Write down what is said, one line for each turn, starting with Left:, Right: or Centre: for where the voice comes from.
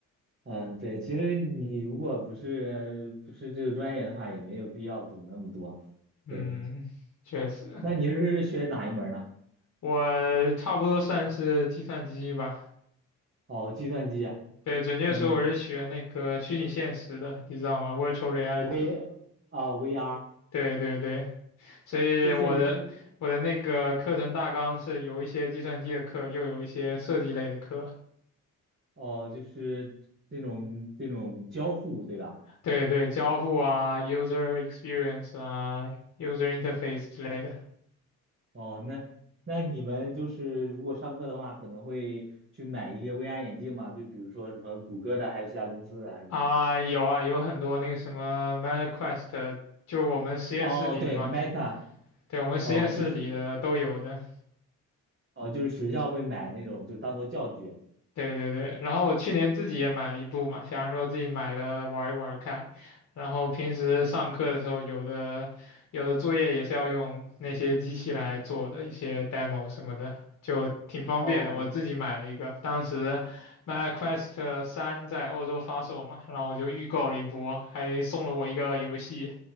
Right: 嗯，对，其实你如果不是不是这个专业的话，也没有必要懂那么多。
Left: 嗯，
Right: 对，
Left: 确实，
Right: 那你是学哪一门儿呢？
Left: 我差不多算是计算机吧。
Right: 哦，计算机啊，
Left: 对，准确说我是学那个虚拟现实的，
Right: 嗯
Left: 你知道吗？Virtual Reality。
Right: ，V 啊，VR
Left: 对对对，所以我的我的那个课程大纲是有一些计算机的课，
Right: 就是
Left: 又有一些设计类的课。
Right: 哦，就是这种这种交互，对吧？
Left: 对对，交互啊，user experience 啊，user interface 之类的
Right: 哦，那那你们就是如果上课的话，可能会去买一些 VR 眼镜嘛？就比如说什么谷歌的，还有其他公司的，是吧？
Left: 啊，有啊，有很多那个什么 MetaQuest，就我们实验室里的嘛，
Right: 哦，对，Meta，
Left: 对我们实验室里的都有的。
Right: 哦，就哦，就是学校会买那种，就当做教具。
Left: 对对对，然后我去年自己也买了一部嘛，想说自己买了玩一玩看，然后平时上课的时候，有的有的作业也是要用那些机器来做的，一些 demo 什么的，就挺方便的。
Right: 哦，
Left: 我自己买了一个，当时 MetaQuest 三在欧洲发售嘛，然后我就预购了一波，还送了我一个游戏，